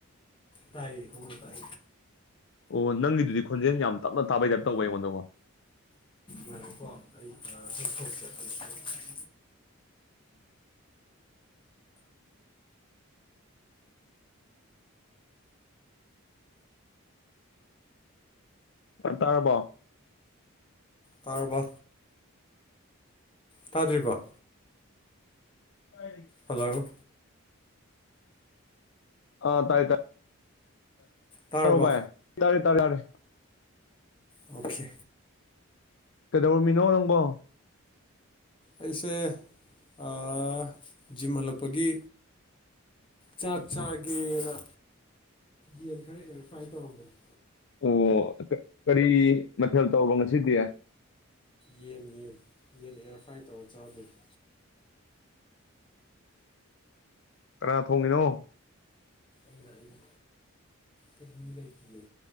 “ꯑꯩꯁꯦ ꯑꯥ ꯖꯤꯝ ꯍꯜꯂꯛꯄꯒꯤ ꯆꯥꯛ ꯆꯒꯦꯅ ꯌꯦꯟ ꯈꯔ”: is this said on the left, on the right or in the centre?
Left